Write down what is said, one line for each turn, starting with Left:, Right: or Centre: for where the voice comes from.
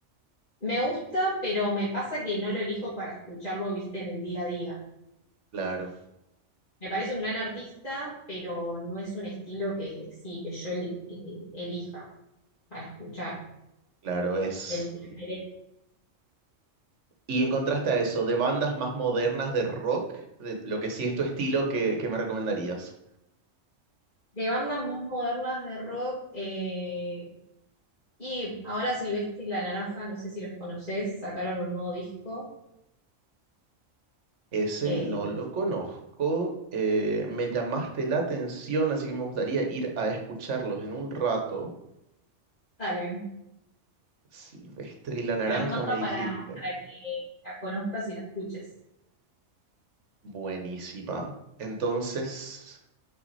Left: me gusta, pero me pasa que no lo elijo para escucharlo, viste, en el día a día.
Right: Claro,
Left: Me parece un gran artista, pero no es un estilo que sí, que yo eli- eh, elija para escuchar,
Right: claro, es.
Left: de mi preferencia.
Right: Y en contraste a eso, de bandas más modernas de rock, de lo que sí es tu estilo, ¿qué, qué me recomendarías?
Left: De bandas más modernas de rock, eh, y ahora Silvestre y La Naranja, no sé si los conoces, sacaron un nuevo disco.
Right: Ese
Left: Eh,
Right: no lo conozco. eh, me llamaste la atención, así que me gustaría ir a escucharlos en un rato.
Left: dale,
Right: Silvestre y la Naranja
Left: gran banda
Right: me dijiste.
Left: para, para que la conozcas y la escuches.
Right: Buenísima. Entonces,